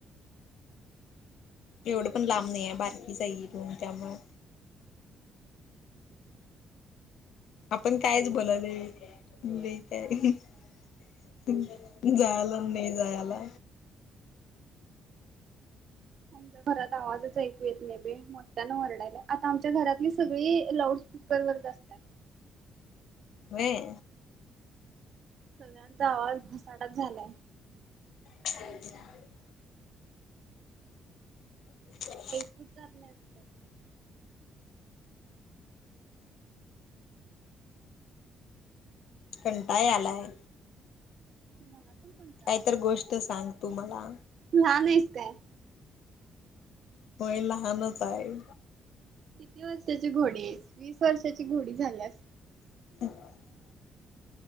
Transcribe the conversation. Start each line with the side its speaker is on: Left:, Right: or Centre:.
Left: एवढ पण लांब नाही आहे बारकीच आहे की रूम त्यामुळं. आपण कायच बोललोय. <unintelligible> जायला नाही जायला.
Right: आमच्या घरात आवाजच ऐकू येत नाही बाई. मोठ्याने ओरडायला. आता आमच्या घरातली सगळी लाउड स्पीकर वर च असत्यात.
Left: होय.
Right: सगळ्यांचा आवाज घसाडाच झालाय.
Left: <inaudible> <inaudible>
Right: ऐकूच जात नाही लवकर.
Left: कंटाळा यालाय.
Right: मला कंटाळा
Left: कायतर
Right: पण. आलाय.
Left: गोष्ट सांग तू मला.
Right: लहान आहेस काय?
Left: होय लहानच हाय.
Right: किती वर्षाची घोडी आहेस? वीस वर्षाची घोडी झाल्यास.
Left: <inaudible>